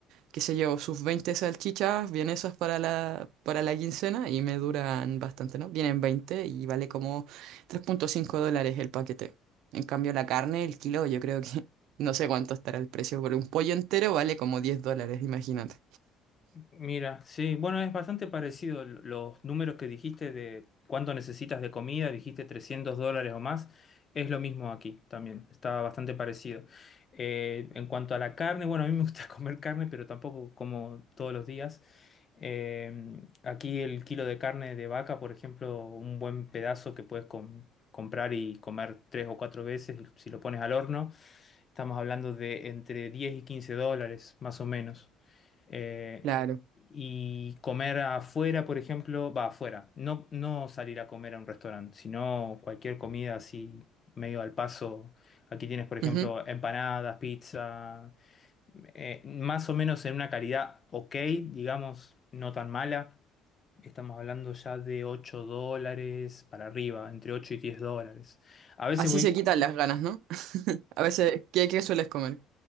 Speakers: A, on the right (about 70°); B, on the left (about 25°).
A: Que se llevo sus 20 salchichas, vienesas para la, para la quincena y me duran bastante, ¿no? Vienen 20 y vale como tres punto cinco dólares el paquete. En cambio, la carne, el kilo, yo creo que <laughs> no sé cuánto estará el precio, pero un pollo entero vale como 10 dólares, imagínate.
B: Mira, sí, bueno, es bastante parecido l- los números que dijiste de cuánto necesitas de comida, dijiste 300 dólares o más, es lo mismo aquí también, está bastante parecido. Eh, en cuanto a la carne, bueno, a mí me gusta <laughs> comer carne, pero tampoco como todos los días. Eh, aquí el kilo de carne de vaca, por ejemplo, un buen pedazo que puedes com- comprar y comer tres o cuatro veces y si lo pones al horno. Estamos hablando de entre 10 y 15 dólares, más o menos. Eh,
A: Claro.
B: y comer afuera, por ejemplo, va afuera. No, no salir a comer a un restaurante, sino cualquier comida así medio al paso. Aquí tienes, por ejemplo,
A: Ujú.
B: empanadas, pizza, eh, más o menos en una calidad ok, digamos, no tan mala. Estamos hablando ya de 8 dólares para arriba, entre 8 y 10 dólares. A veces
A: Así
B: voy
A: se quitan las ganas, ¿no? A veces, ¿qué, qué sueles comer?